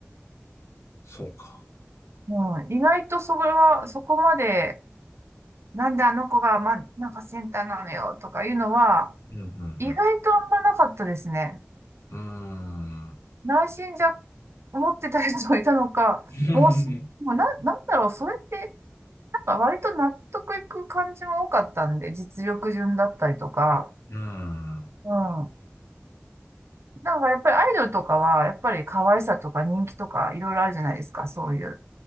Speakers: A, on the left; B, on the right.
A: そうか。
B: うん、意外とそれは、そこまで、なんであの子が、ま、なんかセンターなのよとかいうのは、
A: うん、うん、
B: 意外とあんまなかったですね。
A: うん。うーん。
B: 内心じゃ、思ってた人もいたのか、
A: <laughs>
B: もうす、もうな、なんだろう、それって、あ割と納得いく感じも多かったんで、実力順だったりとか、
A: うん。
B: うん。なんかやっぱりアイドルとかは、やっぱり可愛さとか人気とかいろいろあるじゃないですか、そういう。